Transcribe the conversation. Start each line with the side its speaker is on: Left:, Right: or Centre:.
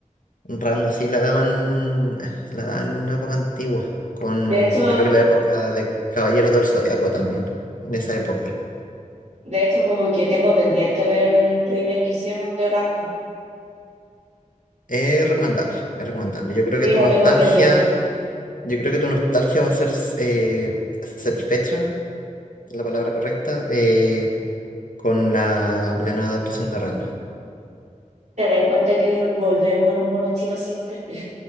Left: Ranma, sí, la daban, ah, la daban en una época antigua, con
Right: De hecho,
Left: creo que la época de Caballeros del Zodiaco también, en esa época.
Right: de hecho como que tengo pendiente ver el remake que hicieron de Random.
Left: Es recomendable, es recomendable. Yo creo
Right: Sí,
Left: que tu
Right: lo
Left: nostalgia,
Right: tengo pendiente.
Left: yo creo que tu nostalgia va a ser eh, satisfecha, es la palabra correcta, eh, con la, la nueva adaptación de Ranma.
Right: Te das cuenta que volvemos a los monos chinos siempre.